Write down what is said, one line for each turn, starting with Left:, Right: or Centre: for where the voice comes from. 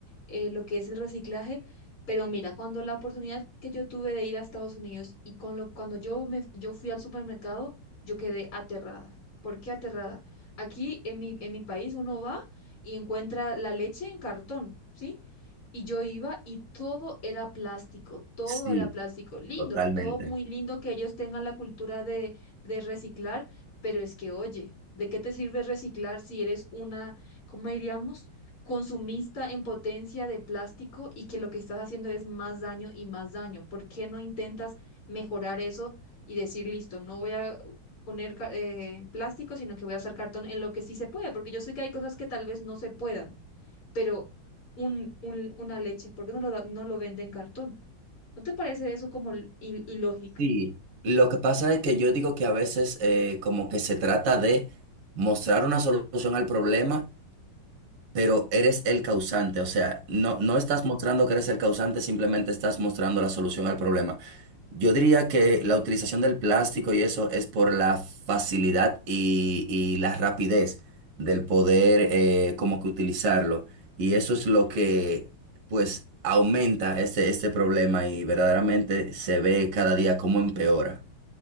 Left: eh, lo que es el reciclaje, pero mira, cuando la oportunidad que yo tuve de ir a Estados Unidos y con lo, cuando yo me yo fui al supermercado, yo quedé aterrada. ¿Por qué aterrada? Aquí en mi, en mi país uno va y encuentra la leche en cartón, ¿sí? Y yo iba y todo era plástico, todo
Right: Sí,
Left: era plástico. Lindo,
Right: totalmente.
Left: que todo muy lindo que ellos tengan la cultura de, de reciclar, pero es que, oye, ¿de qué te sirve reciclar si eres una, ¿cómo diríamos? consumista en potencia de plástico y que lo que estás haciendo es más daño y más daño. ¿Por qué no intentas mejorar eso y decir, listo, no voy a poner ca- eh, plástico, sino que voy a usar cartón en lo que sí se puede? Porque yo sé que hay cosas que tal vez no se puedan pero un, un- una leche, ¿por qué no lo, da- no lo vende en cartón? ¿No te parece eso como il- il- ilógico?
Right: Sí, lo que pasa es que yo digo que a veces eh, como que se trata de mostrar una solución al problema pero eres el causante, o sea, no, no estás mostrando que eres el causante, simplemente estás mostrando la solución al problema. Yo diría que la utilización del plástico y eso es por la facilidad y, y la rapidez del poder eh, como que utilizarlo. Y eso es lo que pues aumenta este, este problema y verdaderamente se ve cada día cómo empeora.